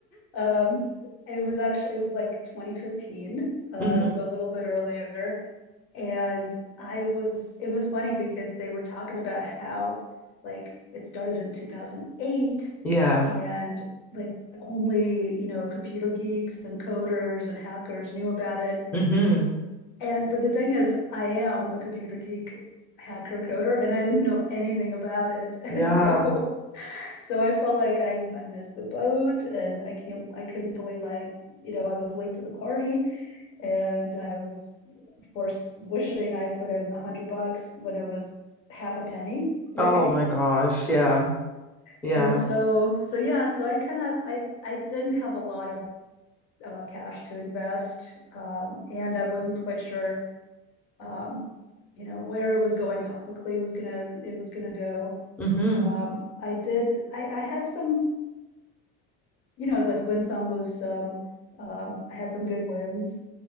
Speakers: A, on the left (about 75°); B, in the centre.
A: Um, it was actually it was like 2015, uh,
B: hmm
A: so a little bit earlier. And I was it was funny because they were talking about how like it started in 2008
B: Yeah.
A: and like only, you know, computer geeks and coders and hackers knew about it.
B: hmm
A: And but the thing is, I am a computer geek hacker coder and I didn't know anything about it. <laughs> And
B: Yeah.
A: so so I felt like I I missed the boat and I can't I couldn't believe I, you know, I was late to the party and I was of course wishing I put in a hundred bucks when it was half a penny, <laughs> right?
B: Oh my gosh. Yeah. Yeah.
A: And so so yeah, so I kind of I I didn't have a lot of uh, cash to invest um, and I wasn't quite sure um, you know where it was going, how quickly it was gonna it was gonna go.
B: hmm
A: Um, I did I, I had some you know, it was like win some, lose some. Um, I had some good wins.